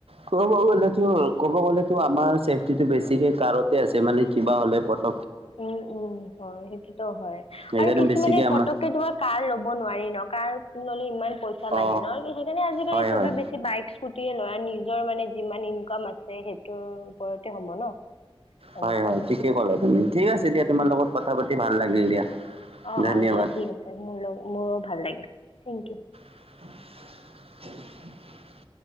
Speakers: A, on the right; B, on the left.
A: ক'ব গ'লেতো ক'ব গ'লেতো আমাৰ চেফটিটো বেছিকে কাৰতে আছে মানে কিবা হ'লে পক
B: উম, উম হয় সেইটোতো হয়
A: সেইকাৰণে
B: আৰু কিছুমানে
A: বেছিকে
B: পতককে
A: আমাৰ
B: তোমাৰ কাৰ ল'ব নোৱাৰি ন কাৰ। ল'লে ইমান পইচা লাগে
A: অ
B: ন সেইকাৰণে আজিকালি
A: হয় হয় হয়
B: চবি বেছি। বাইক স্কুটিৰে ল'ৰা নিজৰ মানে যিমান ইনকাম আছে সেইটোৰ ওপৰতে হ'ব ন। এনেকুৱা
A: হয়, হয় ঠিকে ক'লা তুমি ঠিক আছে দিয়া তোমাৰ
B: উম,
A: লগত কথা পাতি ভাল লাগিল দিয়া।
B: অ',
A: ধন্যবাদ
B: অ'দিয়া ঠিক আছে মোৰ লগ মোৰো ভাল লাগিলছিল থেংক ইউ।
A: <unintelligible>